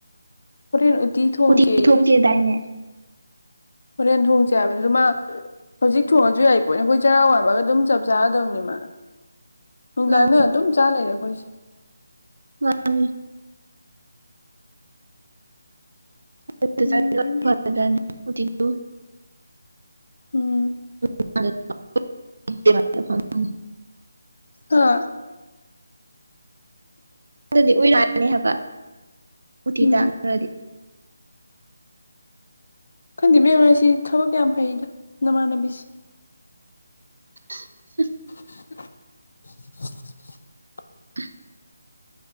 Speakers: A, on the left (about 55°); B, on the right (about 75°).
A: ꯍꯣꯔꯦꯟ ꯎꯇꯤ ꯊꯣꯡꯖꯦꯌꯦ
B: ꯀꯊ ꯊꯨꯝꯀꯗꯏꯅꯦ
A: ꯍꯣꯔꯦꯟ ꯊꯣꯡꯁꯦ ꯍꯥꯏꯕꯅꯤ ꯑꯗꯨ ꯃꯥ ꯍꯧꯖꯤꯛ ꯊꯣꯡꯉꯁꯨ ꯌꯥꯏ ꯄꯣꯠꯅꯦ ꯑꯩꯈꯣꯏ ꯆꯔꯥ ꯋꯥꯕꯒ ꯑꯗꯨꯝ ꯆꯞ ꯆꯥꯔꯗꯧꯅꯤꯃ ꯅꯨꯡꯗꯥꯪꯗ
B: ꯃꯥꯅꯤ
A: ꯑꯗꯨꯝ ꯆꯥꯂꯔ ꯑꯣꯏꯈꯣꯏꯁ
B: ꯋꯥꯅꯦ <unintelligible>
A: ꯎꯝ
B: ꯐꯥ ꯖꯅꯤ <unintelligible>
A: ꯎꯝ
B: <inaudible>
A: ꯍꯥ
B: ꯗꯤ ꯑꯣꯏꯔꯛꯑꯅꯤ ꯍꯥꯏꯕ ꯎ ꯊꯤ
A: ꯎꯝ
B: ꯇꯥꯡꯈꯔꯗꯤ
A: ꯈꯪꯗꯦꯕꯦꯝꯃꯁꯤ ꯊꯕꯛ ꯌꯥꯝ ꯐꯩꯗ ꯅꯃꯥꯟꯅꯕꯤꯁꯤ
B: <unintelligible>
A: <inaudible>
B: <inaudible>